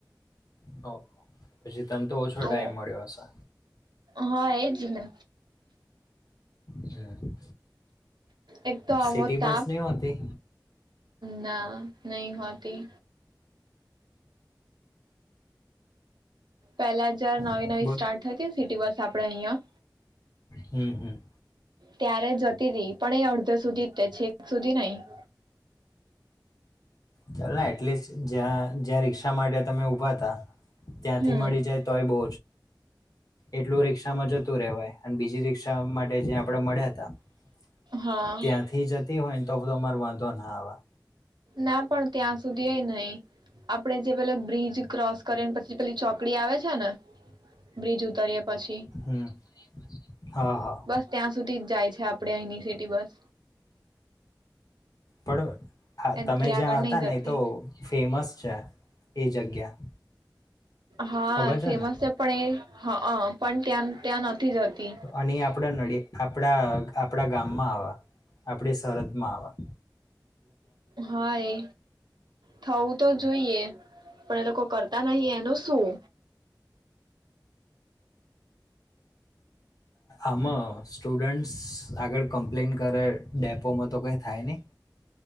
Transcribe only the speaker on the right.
તો
હા એજ ને
એક તો આવો
તાપ
ના નહી હોતી. પહેલા‌ જ જ્યારે
નવી નવી
સ્ટાર્ટ થઈ હતી સિટી બસ આપડે અહિયાં
ત્યારે જતી હતી પણ એ અડધો સુધી જ તે છે છેક સુધી નહી. <inaudible>
હમ
હા
ના પણ ત્યાં સુધી નહી આપણે જે પલો બિજ ક્રોસ કરી ને પછી પેલી ચોકડી આવે છે ને બ્રિજ ઉતારી પછી
બસ ત્યાં સુધી જ જાય છે આપડે અહીની સિટી બસ
એનાથી
આગળ
નહીં જતી
હા
ફેમસ
છે પણ એ હા. પણ નથી જતી
હા એ થવું તો જોઈએ પણ એ લોકો કરતા નહિ એનું શું?